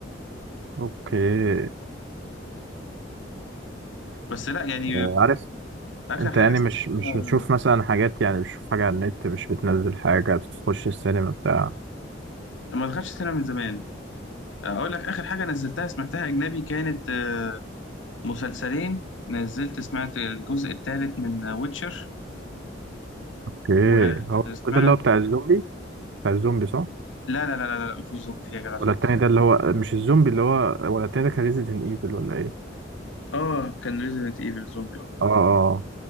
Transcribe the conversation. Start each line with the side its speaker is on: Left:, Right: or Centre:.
Right: اوكي
Left: بس لا يعني
Right: آه، عارف
Left: اخر
Right: انت
Left: حاجه
Right: يعني
Left: سمعتها
Right: مش مش بتشوف مثلا حاجات يعني مش بتشوف حاجه على النت مش بتنزل حاجه بتخش السينما بتاع
Left: ما دخلتش السينما من زمان اقول لك اخر حاجه نزلتها سمعتها اجنبي كانت آه، مسلسلين نزلت سمعت الجزء الثالث من ويتشر
Right: اوكي
Left: وسمعت
Right: هو ده اللي هو بتاع الزومبي بتاع الزومبي صح
Left: لا لا لا لا لا مفيش زومبي فيها كده
Right: ولا
Left: خالص
Right: التاني ده اللي هو مش الزومبي اللي هو ولا التاني ده كان ريزيدنت ايفل ولا ايه
Left: اه كان ريزيدنت ايفل زومبي اه
Right: اه اه